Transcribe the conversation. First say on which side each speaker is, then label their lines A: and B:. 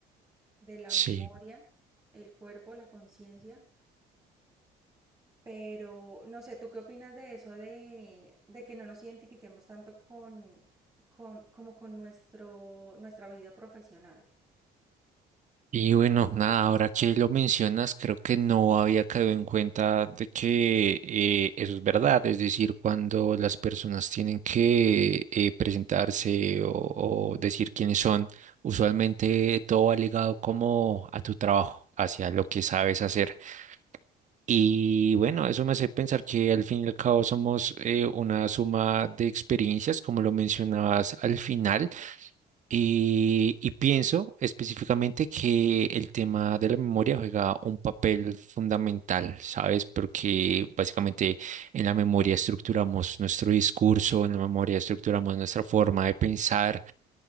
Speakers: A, on the right; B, on the right.
A: de la
B: Sí.
A: memoria, el cuerpo, la conciencia. Pero no sé, ¿tú qué opinas de eso de, de que no nos identifiquemos tanto con, con como con nuestro, nuestra vida profesional?
B: Y bueno, nada, ahora que lo mencionas, creo que no había caído en cuenta de que eh, eso es verdad, es decir, cuando las personas tienen que eh, presentarse o, o decir quiénes son, usualmente todo va ligado como a tu trabajo, hacia lo que sabes hacer. Y bueno, eso me hace pensar que al fin y al cabo somos eh, una suma de experiencias, como lo mencionabas al final. Y, y pienso específicamente que el tema de la memoria juega un papel fundamental, ¿sabes? Porque básicamente en la memoria estructuramos nuestro discurso, en la memoria estructuramos nuestra forma de pensar,